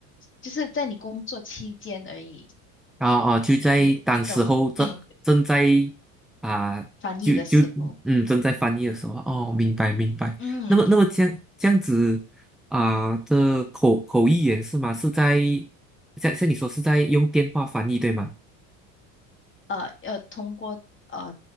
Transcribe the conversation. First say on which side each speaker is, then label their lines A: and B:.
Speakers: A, on the left (about 30°); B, in the centre.
A: 就是在你工作期间而已，
B: 啊啊，就在当时候正正在
A: 你懂吗？嗯，
B: 啊，
A: 翻译的时候，
B: 就就嗯正在翻译的时候，哦，明白明白。
A: 嗯，
B: 那么那么这样这样子啊这口口译员是吗？是在像像你说是在用电话翻译对吗？
A: 呃要通过呃